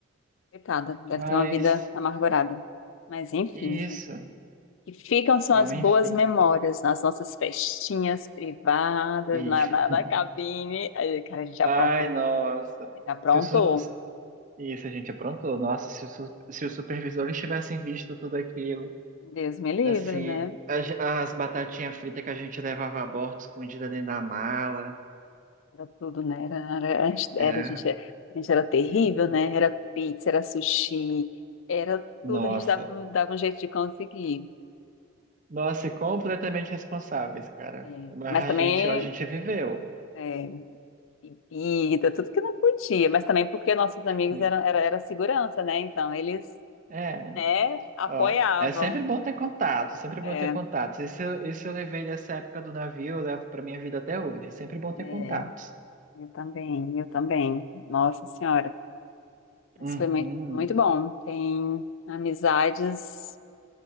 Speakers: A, on the left (about 65°); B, on the right (about 40°).
A: coitada, deve
B: Mas
A: ter uma vida amargurada. Mas enfim,
B: isso,
A: o que ficam são
B: ó,
A: as boas
B: enfim.
A: memórias nas nossas festinhas privadas,
B: Isso.
A: na, na, na cabine. Aí, Cara, a gente
B: Ai,
A: aprontou,
B: nossa.
A: a gente aprontou.
B: Se o su- se- isso a gente aprontou. Nossa, se, o su- se os supervisores tivessem visto tudo aquilo,
A: Deus me livre,
B: assim,
A: né?
B: as, as batatinhas fritas que a gente levava a bordo escondida dentro da mala,
A: Era tudo, né? Era, era, a gente
B: era.
A: era, a gente era, a gente era terrível,
B: <laughs>
A: né? Era pizza, era sushi, era
B: Nossa.
A: tudo, a gente dava, dava um jeito de conseguir.
B: Nossa, e completamente responsáveis, cara.
A: É,
B: Mas
A: mas
B: a
A: também
B: gente, ó, a gente viveu.
A: é, bebida, tudo que não podia, mas também porque nossos amigos
B: né?
A: eram, era, era segurança, né? Então eles,
B: É,
A: né, apoiavam.
B: ó, é sempre bom ter contato, sempre bom
A: É,
B: ter contatos. Isso, eu- isso eu levei dessa época do navio, eu levo pra minha vida até hoje. É sempre bom ter
A: é,
B: contatos.
A: eu também, eu também. Nossa Senhora. Mas
B: Uhum,
A: foi muito, muito bom. Tem amizades